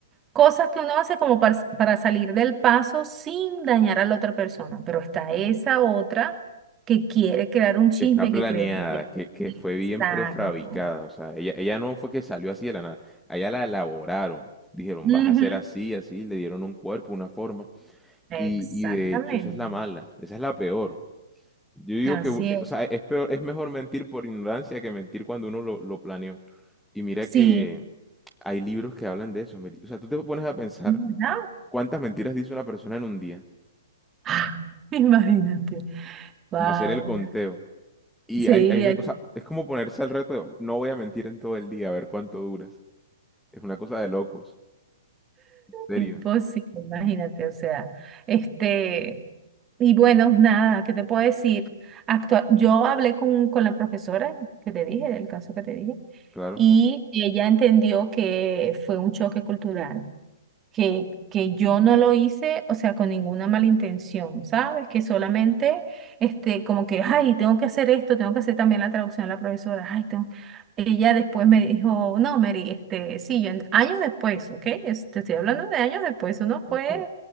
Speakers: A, on the right; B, in the centre.
A: cosas que uno hace como par- para, salir del paso sin dañar a la otra persona, pero está esa otra que quiere crear un chisme,
B: que está planeada,
A: que cree que quiere-
B: que, que
A: <laughs> Exacto.
B: fue bien prefabricada. O sea, ella, ella no fue que salió así de la nada. Allá la elaboraron. Dijeron,
A: Ujú,
B: vas a ser así, así. Le dieron un cuerpo, una forma. Y,
A: Exactamente.
B: y de hecho, esa es la mala. Esa es la peor. Yo digo
A: Así
B: que, u-
A: es.
B: o sea, es peor, es mejor mentir por ignorancia que mentir cuando uno lo, lo planeó. Y mira
A: Sí,
B: que hay libros que hablan de eso. mire. O sea, tú te pones a pensar
A: ¿verdad?
B: cuántas mentiras dice una persona en un día.
A: Ah, <laughs> imagínate. Wow.
B: Como hacer el conteo. Y
A: Sí,
B: hay, hay,
A: hay
B: o
A: que...
B: sea, es como ponerse al reto, de, no voy a mentir en todo el día, a ver cuánto duras. Es una cosa de locos, en serio,
A: Imposible, imagínate, o sea, este, y bueno, nada, ¿qué te puedo decir? Actua- yo hablé con, con la profesora que te dije, del caso que te dije,
B: claro.
A: y ella entendió que fue un choque cultural que, que yo no lo hice, o sea, con ninguna mala intención, ¿sabes? Que solamente, este, como que, ay, tengo que hacer esto, tengo que hacer también la traducción a la profesora, ay, tengo... Ella después me dijo, no, Mary, este, sí, yo en- años después, ¿ok? Es- Te estoy hablando de años después, eso no fue
B: ok.